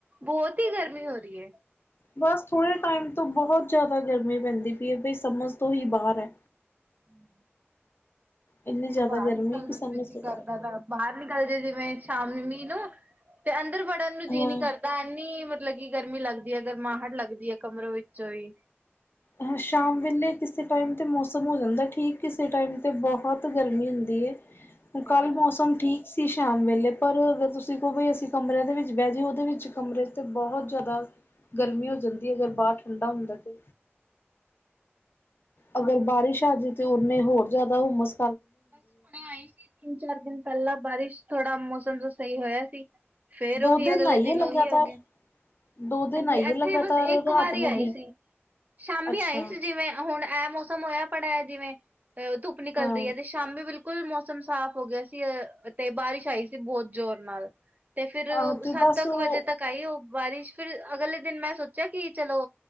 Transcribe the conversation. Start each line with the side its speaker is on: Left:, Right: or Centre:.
Right: ਬਹੁਤ ਹੀ ਗਰਮੀ ਹੋ ਰਹੀ ਹੈ।
Left: ਬੱਸ ਥੋੜੇ ਟਾਈਮ ਤੋਂ ਬਹੁਤ ਜ਼ਿਆਦਾ ਗਰਮੀ ਪੈਂਦੀ ਪਈ ਹੈ ਬ ਸਮਝ ਤੋਂ ਹੀ ਬਾਹਰ ਏ।
Right: ਹਮ।
Left: ਇੰਨੀ ਜ਼ਿਆਦਾ
Right: ਬਾਹਰ
Left: ਗਰਮੀ
Right: ਨਿਕਲ ਨੂੰ
Left: ਕਿ ਸਮਝ
Right: ਜੀ ਨਹੀਂ
Left: ਤੋਂ
Right: ਕਰਦਾ
Left: ਬਾਹਰ ਹੈ।
Right: ਗਾ। ਬਾਹਰ ਨਿਕਲ ਜ ਜਿਵੇਂ ਸ਼ਾਮ ਨੂੰ ਨੀਂਦ, ਤੇ ਅੰਦਰ ਵੜਨ ਨੂੰ ਜੀਅ
Left: ਹਾਂ
Right: ਨਹੀਂ ਕਰ ਤਾਂ ਇੰਨੀ ਮਤਲਬ ਕਿ ਗਰਮੀ ਲੱਗਦੀ ਹੈ। ਗਰਮਾਹਟ ਲੱਗਦੀ ਹੈ ਕਮਰੋ ਵਿੱਚੋਂ ਹੀ
Left: ਹਾਂ ਸ਼ਾਮ ਵੇਲੇ ਕਿਸੇ ਟਾਈਮ 'ਤੇ ਮੌਸਮ ਹੋ ਜਾਂਦਾ ਠੀਕ ਕਿਸੇ ਟਾਈਮ ਅਤੇ ਬਹੁਤ ਗਰਮੀ ਹੁੰਦੀ ਹੈ। ਕੱਲ੍ਹ
Right: ਗੱਲ
Left: ਮੌਸਮ
Right: ਹੈ।
Left: ਠੀਕ ਸੀ ਸ਼ਾਮ ਵੇਲੇ ਪਰ ਅਗਰ ਤੁਸੀਂ ਕਹੋ ਬਈ ਅਸੀਂ ਕਮਰੇ ਦੇ ਵਿੱਚ ਬਹਿ ਜ ਉਹਦੇ ਵਿੱਚ ਕਮਰੇ ਤੇ ਬਹੁਤ ਜ਼ਿਆਦਾ ਗਰਮੀ ਹੋ ਜਾਂਦੀ ਹੈ ਅਗਰ ਬਾਹਰ ਠੰਡਾ ਹੁੰਦਾ ਤੇ। ਅਗਰ ਬਾਰਿਸ਼ ਆ ਜੇ ਤੇ ਉਹਨੇ ਹੋਰ ਜ਼ਿਆਦਾ ਹੂਮਸ
Right: ਬੱਸ ਹੁਣੇ ਆਈ ਸੀ। ਤਿੰਨ, ਚਾਰ ਦਿਨ ਪਹਿਲਾਂ ਬਾਰਿਸ਼ ਥੋੜਾ ਜਿਹਾ ਮੌਸਮ ਚ ਸਹੀ ਹੋਇਆ ਸੀ। ਫੇਰ
Left: ਦੋ
Right: ਉਹੀ ਅਗਲੇ
Left: ਆਈਏ
Right: ਦਿਨ
Left: ਲਗਾਤਾਰ
Right: ਉਹੀ ਆ ਗਿਆ।
Left: ਦੋ ਦਿਨ
Right: ਹਾਂਜੀ
Left: ਆਈਏ
Right: ਇੱਥੇ
Left: ਲਗਾਤਾਰ
Right: ਬੱਸ ਇੱਕ
Left: ਰਾਤ
Right: ਵਾਰੀ
Left: ਨੂੰ
Right: ਆਈ
Left: ਹੀ
Right: ਸੀ। ਸ਼ਾਮੀ
Left: ਅੱਛਾ
Right: ਆਈ ਸੀ ਜਿਵੇਂ ਹੁਣ ਇਹ ਮੌਸਮ ਹੋਇਆ ਭੜਾ ਇਹ ਜਿਵੇਂ, ਅਹ ਧੁੱਪ ਨਿਕਲਦੀ
Left: ਹਾਂ
Right: ਹੈ ਤੇ ਸ਼ਾਮੀ ਬਿਲਕੁਲ ਬਿਲਕੁਲ ਮੌਸਮ ਸਾਫ਼ ਹੋ ਗਿਆ ਸੀ, ਅ ਤੇ ਬਾਰਿਸ਼ ਆਈ ਸੀ ਬਹੁਤ ਜ਼ੋਰ ਨਾਲ। ਤੇ ਫੇਰ
Left: ਆਹ ਤੇ
Right: ਸੱਤ
Left: ਬਸ
Right: ਅ
Left: ਉਹ
Right: ਕੁ ਵਜੇ ਤੱਕ ਆਈ ਉਹ ਬਾਰਿਸ਼ ਫਿਰ ਅਗਲੇ ਦਿਨ ਮੈਂ ਸੋਚਿਆ ਕਿ ਚਲੋ।